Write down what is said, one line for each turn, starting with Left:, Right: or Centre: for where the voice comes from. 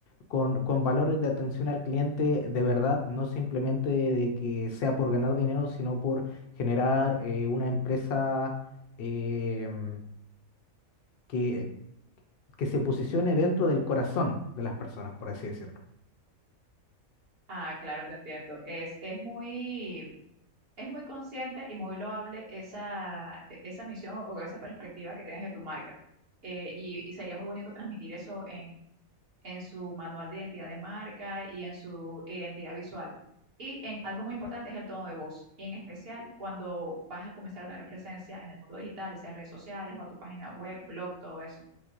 Left: con, con valores de atención al cliente de verdad, no simplemente de que sea por ganar dinero, sino por generar eh, una empresa em, que, que se posicione dentro del corazón de las personas, por así decirlo.
Right: Ah, claro, te entiendo. Es, es muy, es muy consciente y muy loable esa, e- esa misión o esa perspectiva que tienes de tu marca. Eh, y, y sería muy bonito transmitir eso en su manual de identidad de marca y en su identidad visual. Y en algo muy importante es el tono de voz, y en especial cuando vas a comenzar a tener presencia en el mundo digital, ya sea redes sociales o a tu página web, blog, todo eso,